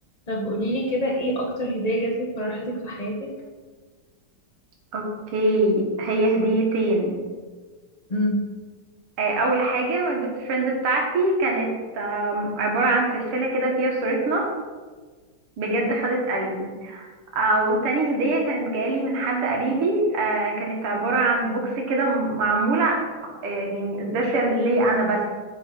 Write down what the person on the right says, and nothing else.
اوكي هي هديتين
آه، اول حاجه من البيست فريند بتاعتي كانت آم، عباره عن سلسله كده فيها صورتنا بجد خدت قلبي او تاني هديه كانت جالي من حد قريبي آه، كانت عباره عن بوكس كده م- معموله آه، يعني سبيشال ليا انا بس